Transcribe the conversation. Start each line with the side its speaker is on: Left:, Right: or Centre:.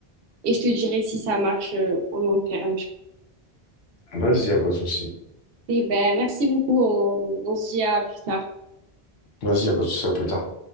Right: et je te dirai si ça marche euh, au long terme.
Left: Vas-y, y a pas de souci.
Right: Et ben, merci beaucoup. On, on se dit à plus tard.
Left: Vas-y, y a pas de souci, à plus tard.